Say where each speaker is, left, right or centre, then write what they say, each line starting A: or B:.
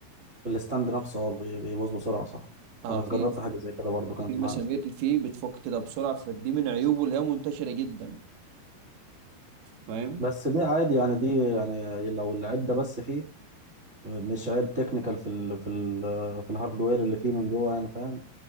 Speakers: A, on the right; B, on the right.
A: الستاند نفسه هو بي- بيبوظ بسرعه صح
B: اه
A: انا جربت
B: في
A: حاجه زي كده برضو كانت
B: في مسامير
A: معايا
B: فيه بتفك كده بسرعة فدي من عيوبه اللي هي منتشرة جدا فاهم
A: بس دي عادي يعني دي يعني لو العيب ده بس فيه مش عيب تكنيكال في ال في ال في الهاردوير اللي فيه من جوه يعني فاهم